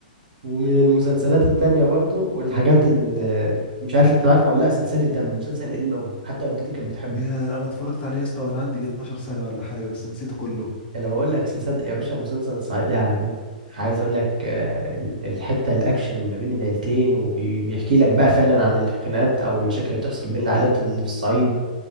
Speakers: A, on the right (about 70°); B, on the left (about 25°).
A: ومن المسلسلات التانية برضو والحاجات اللي مش عارف أنت تعرفه ولا لأ سلسلة دم مسلسل قديم أوي حتى والدتي كانت بتحبه
B: يا انا اتفرجت عليه يا اسطى وانا عندي 12 سنه ولا حاجه بس نسيته كله
A: انا بقول لك صدق يا باشا مسلسل صعيدي على ابوه عايز اقول لك آه، ال- الحته الاكشن ما بين العيلتين وبيحكي لك بقى فعلا عن الخناقات او المشاكل اللي بتحصل بين العائلات اللي في الصعيد